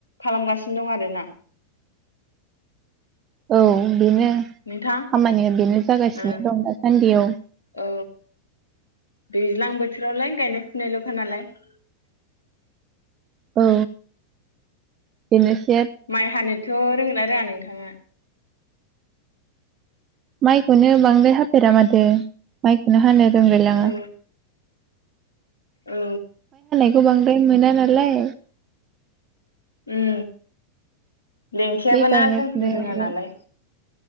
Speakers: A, on the left; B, on the right.
A: खालामगासिनो दं आरोना?
B: औ बेनो खामानिया
A: नोंथां
B: बेनो जागासिनो
A: ओ
B: दं दासान्दियाव
A: औ दैज्लां बोथोरावलाय गायनाय फुनायलखा नालाय <unintelligible>
B: औ बेनोस
A: माइ हानोथ रोंला रोङा नोंथाङा?
B: माइखौनो बांद्राय हाफेरा माथो माइखौनो हानो रोंगलायलाङा
A: औ औ
B: गोबांद्राय मोना नालाय
A: उम। औलेंखायाबो
B: बे गायनाय
A: ना जोंफोर
B: फुनायावल'
A: रोङा नालाय